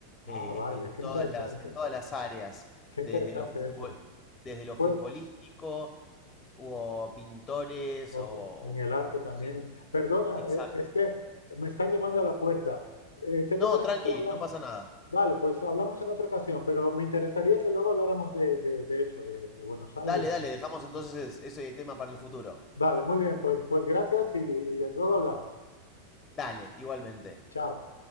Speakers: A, on the left; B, on the left.
A: Ah,
B: eh,
A: vaya,
B: en
A: qué
B: todas
A: interesante.
B: las, en todas las áreas,
A: Qué
B: desde
A: interesante
B: lo futbol-
A: eso.
B: desde lo
A: Pues,
B: futbolístico, hubo pintores
A: O
B: o...
A: en el arte también.
B: gen-
A: Perdona,
B: Exacto.
A: eh, es que me están llamando a la puerta. Eh, ¿qué te
B: No,
A: parece
B: tranqui,
A: si hablamos?
B: no pasa nada.
A: Vale, pues hablamos en otra ocasión, pero me interesaría que luego habláramos de, de- de eso, de, de Buenos Aires.
B: Dale, dale, dejamos entonces ese tema para el futuro.
A: Vale, muy bien, pues, pues gracias y y luego hablamos.
B: Dale, igualmente.
A: Chao.